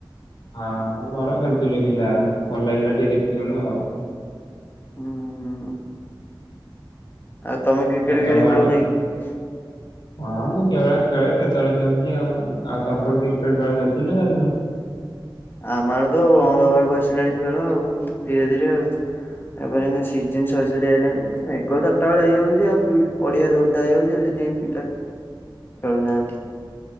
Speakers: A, on the left; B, on the left.
A: ହଁ ଭଲ ଖେଥିଲୁ ପିଲାର ଭଲ ହେଇା ଟିକେ ଦେଖୁନୁ ଆଉ।
B: ହୁଁଁ <unintelligible> ଆଉ ତମେ କ୍ରିକେଟ
A: ଆ
B: କି। ଫିକେଟ
A: ତମଆଡେ
B: ଖେଳ ନାଇଁ <inaudible>
A: ହଁ ମୁଁ କେଭଳି ଖେଳ କେତେବେଳେ କେମିତି ଆଉ ଆଉ ତମ କ କ୍ରିକେଟ ଖେଳ ଚାଲିଛି ନା ଜାଣିନ
B: ଆମର ତ ଅଣଧ ବାକୁ ଆସିଲାଣି ଖେଳ ଆଉ ଧୀରେ ଧୀରେ ଆଉ <unintelligible> ତାପରେ ସିନ୍ ସଜରି ଆଇଲାଣିେଗ ତ ପଟାବେ ହେଇଯାଉଛି ଆଉ ପଡିଆରେ ଓଧା ହେଇଯାଉଛିସେଥିପାଇଁ ପିଲା ଖେଳୁନାହାଁନ୍ତି।